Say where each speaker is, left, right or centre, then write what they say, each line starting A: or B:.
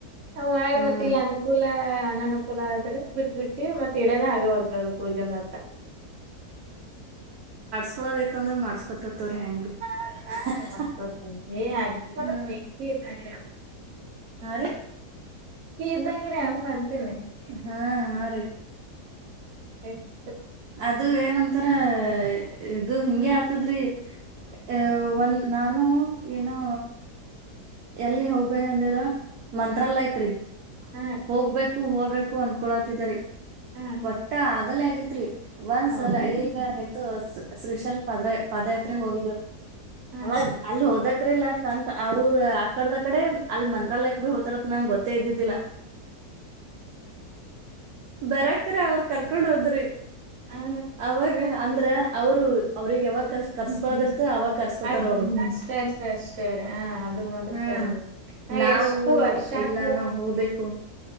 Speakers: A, on the right; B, on the right.
A: ನಾ ಮಾಡ
B: ಹ್ಮ್
A: ಮತ್ತೆ ಇಲ್ಲಿ ಅನುಕೂಲ ಅನನುಕೂಲ ಆದ್ರೆ ಬಿಟ್ ಬಿಡ್ತಿವಿ ಮತ್ತೆ ಇಡೋದೆ ಆಗ ಹೊಲ್ ಅದು ಪೂಜೆ ಮಾತ್ರ
B: ದಐ ಅಂದ್ರೆ ಮಾಡಸ್ಕೊತತಿ ತೋರ ಹೆಯಾಂಗ ಭ
A: ಮಾಡ್ತಾರಿ ಮಾಡ್ಕೊತನ್ ಏ ಅದ್ರ
B: ಹ್ಮ್
A: ಬೆಂಕಿ ಇದ್ದಂಗ್ರಿ ಅಮ್ಮ.
B: ಹಾ ರೀ
A: ಇದ್ದಂಗ್ರ ಅಮ್ ಬ್ತೀನಿ
B: ಹಾ ಹಾ ರೀ
A: ಹ
B: ಅದು ಏನಂತಾರ ಇದು ಹಿಂಗಗೆ ಆತದ್ರಿ ಅ ಒಂದ ನಾನು ಏನೋ ಎಲ್ಲಿ ಹೋಗ ಅಂದರ ಮಂತ್ರಾಲಯಕ ರೀ
A: ಹಾ ರೀ
B: ಹೋಗ್ಬೇಕು ಹೋಗಬೇಕು ಅನ್ಕೊಳತಿದರಿ
A: ಹಾ
B: ಒಟ್ಟ ಆಗಲ ಆಗೇತ್ರಿ ಒಂದ್ಸಲ
A: ಹೌದ
B: ಈಗ ಇು ಶ್ರೀಶಲ್ ಪದ್ರ ಪಾದಯಾತ್ರೆ ಹೋಗಿದ್ದೆವು
A: ಹಾ
B: ಅವಾಗ ಅಲ್ಲಿ ಹೋದಕ್ರಲ್ಲತ್ ಅಂತ ಅವ್ರ ಆಕಡದಕಡೆ ಅಲ್ ಮಂತ್ರಾಲಯಕ್ ಭ ಹೋತಾರತ್ ನನ್ ಗೊತ್ತೇ ಇದ್ದಿದ್ದಿಲ್ಲ ಬರಕ್ರ ಅವ್ರ ಕರ್ಕೊಂಡ್ ಹೋದ್ರಿ
A: ಹಾ
B: ಅವಾಗ ಅಂದ್ರ ಅವ್ರು ಅವ್ರಗ್ ಯಾವಾಗ ಕರ್ ಕರ್ಸ್ಕೊಳದಿರ್ತೋ
A: ಹಾ
B: ಅವಾಗ ಕರ್ಸ್ಕೊತಾರ
A: ಅದ್
B: ಅವ
A: ಅಷ್ಟೇ ಅಷ್ಟೇ ಅಷ್ಟೇ ಹ ಅದು ಮದತಾರೆ
B: ಹ್ಮ್
A: ಹ
B: ನಾವು
A: ಎಷ್ಟು ವರ್ಷ
B: ಇಲ್ಲ
A: ಅಂದ
B: ನಾವ್ ಹೋಗ್ಬೇಕು